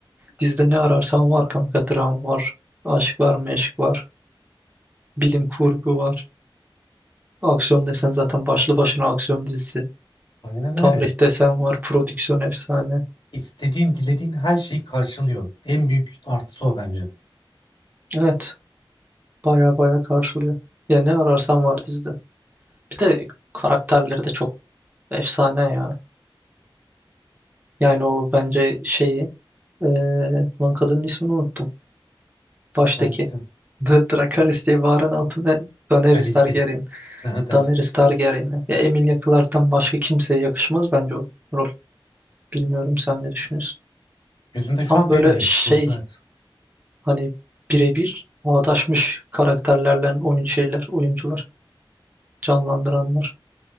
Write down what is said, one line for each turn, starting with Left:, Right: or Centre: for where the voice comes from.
Right: dizide ne ararsan var kanka. Dram var, aşk var, meşk var, bilim kurgu var. Aksiyon desen zaten başlı başına aksiyon dizisi.
Left: Aynen
Right: Tarih
Left: öyle.
Right: desen var, prodüksiyon efsane.
Left: İstediğin, dilediğin her şeyi karşılıyor. En büyük artısı o bence.
Right: Evet, baya baya karşılıyor. Ya ne ararsan var dizide. Bir de karakterleri de çok efsane ya. Yani o bence şeyi, eee lan kadının ismini unuttum. Baştaki.
Left: Hangisi?
Right: D- Dracarys diye bağıran altına Daenerys
Left: Kalesi.
Right: Targaryen.
Left: Ne der?
Right: Daenerys Targaryen'i. Ya Emilia Clarke'tan başka kimseye yakışmaz bence o rol. Bilmiyorum sen ne düşünüyorsun?
Left: Gözümde şu
Right: Tam
Left: an
Right: böyle
Left: benim de yakışması
Right: şey
Left: evet.
Right: hani birebir bağdaşmış karakterlerle oyun şeyler, oyuncular. canlandıranlar.